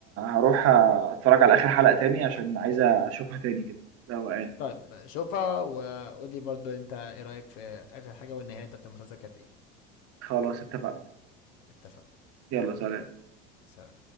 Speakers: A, on the right (about 55°); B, on the left (about 70°).
A: هروح اتفرج على اخر حلقة تاني عشان عايز اشوفها تاني كده بقى
B: طيب شوفها وقول لي برضو انت ايه رايك في اخر حاجه والنهايه بتاعت المسلسل كانت ايه
A: خلاص اتفقنا
B: اتفقنا
A: يلا سلام
B: سلام